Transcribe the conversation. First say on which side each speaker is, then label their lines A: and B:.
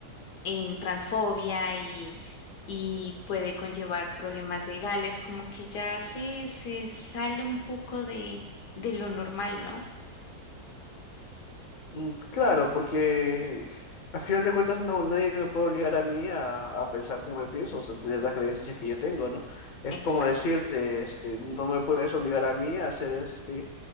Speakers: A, on the left; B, on the left.
A: en transfobia y, y puede conllevar problemas legales, como que ya se, se sale un poco de, de lo normal, ¿no?
B: Mm, Claro, porque al final de cuentas no, nadie me puede obligar a mí a, a pensar como yo pienso, o sea, tener las creencias que yo tengo, ¿no? Es
A: Exacto,
B: como decirte, este, no me puedes obligar a mí a ser este